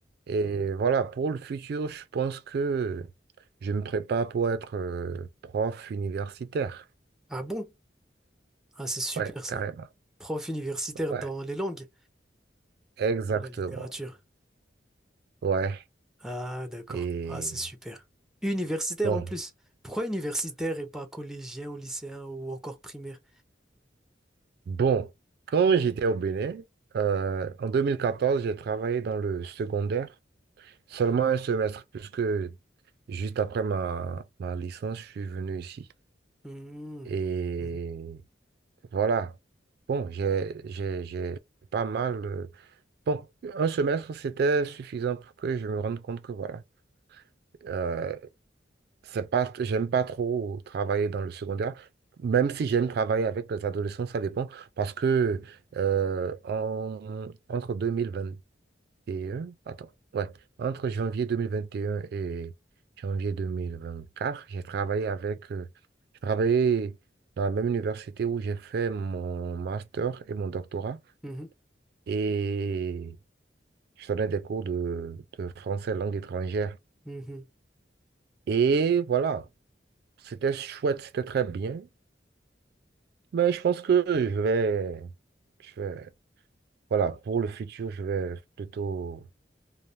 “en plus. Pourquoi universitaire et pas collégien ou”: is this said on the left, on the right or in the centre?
Centre